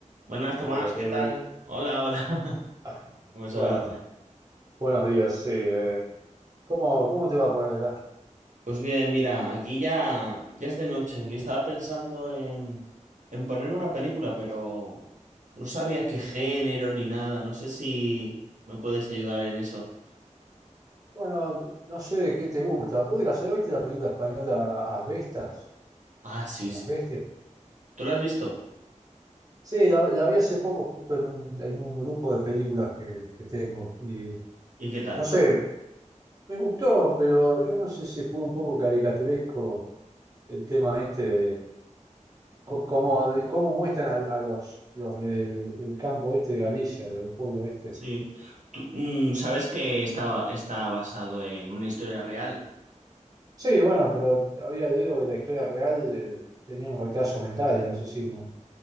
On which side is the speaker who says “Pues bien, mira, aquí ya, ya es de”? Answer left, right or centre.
Right